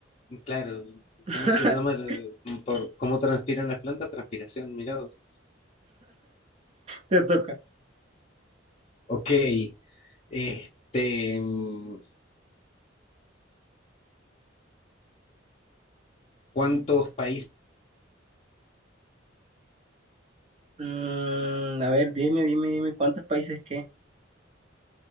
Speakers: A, on the left; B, on the right.
A: claro.
B: <laughs>
A: ¿Cómo se llama? el- por cómo transpiran las plantas? Transpiración, mirados.
B: Te toca.
A: Ok. Este, mm, ¿cuántos países,
B: Mm, a ver, dime, dime, dime, ¿cuántos países qué?